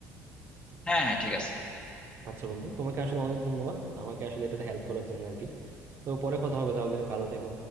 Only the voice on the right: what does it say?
আচ্ছা বন্ধু তোমাকে আসলে অনেক ধন্যবাদ আমাকে আসলে এটাতে হেল্প করার জন্য আর কি তো পরে কথা হবে তাহলে ভালো থেকো